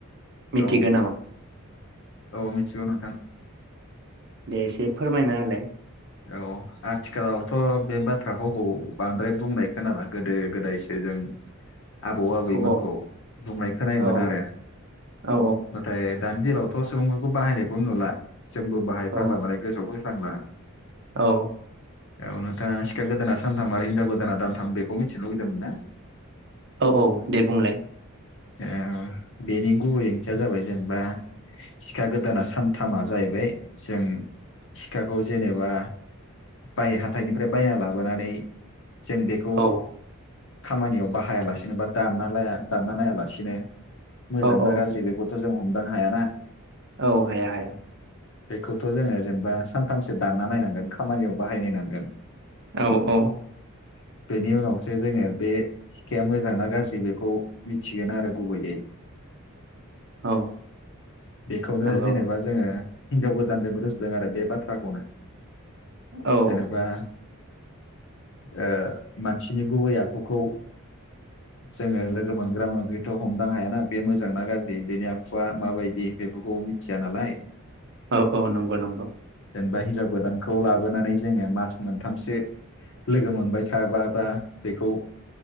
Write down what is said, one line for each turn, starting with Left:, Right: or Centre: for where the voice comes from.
Right: मिथिगौ
Left: औ
Right: नामा
Left: औ मिथिगौ नोंथां
Right: दे एसे फोरमायना होलाय
Left: औ आथिखालावथ' बे बाथ्रा फावखौ बांद्राय बुंनाय खोनाला गोदो गोदायसो जों आबौ आबैमोनखौ
Right: औ औ
Left: बुंनाय खोनायोमोन
Right: औ
Left: आरो
Right: औ
Left: नाथाय दानि दिनावथ' सुबुंफोरखौ बाहायनायखौ नुला जोंबो बाहाय
Right: औ
Left: बांला माने गोसोआव फै थांला
Right: औ
Left: औ नोंथाङा सिखा गोदाना सानथाम आरो हिनजाव गोदाना दानथाम बेखौ मिथिनो लुुगैदोंमोन ना?
Right: औ औ दे बुंलाय
Left: ओ बेनि गुबै ओंथिया जाबाय जेनेबा सिखा गोदाना सानथामा जाहैबाय जों सिखाखौ जेनेबा बाय हाथाइनिफ्राय बायना लाबोनानै जों बेखौ
Right: औ
Left: खामानियाव बाहाया लासेनो बा दानना ला दानना नाया ला सिनो मोजां
Right: औ
Left: ना
Right: औ
Left: गाज्रि बेखौ जों हमदांनो हायाना
Right: औ हाया हाया
Left: बेखौथ' जोङो जेनेबा सानथामसो दानना नायनांगोन खामानियाव बाहायनायनांगोन
Right: औ औ
Left: <inaudible> बेनि उनावसो जोङो बे सिखाया मोजां ना गाज्रि बेखौ मिथि गोन आरो गुबैयै
Right: औ
Left: बेखौनो
Right: नंगौ
Left: जेनेबा जोङो आ हिनजाव गोदानजों रुजुदों आरो बे बाथ्राखौनो
Right: औ
Left: जेनबा ओ मानसिनि गुबै आखुखौ जोङो लोगो मोनग्रा मोनग्राथ' हमदां हायाना बे मोजां ना गाज्रि बेनि आखुआ माबायदि बेफोरखौ मिथिया नालाय
Right: औ औ नंगौ नंगौ
Left: जेनेबा हिनजाव गोदानखौ लाबोनानै जोङो मास मोनथामसो लोगो मोनबाय थाबाबा बेखौ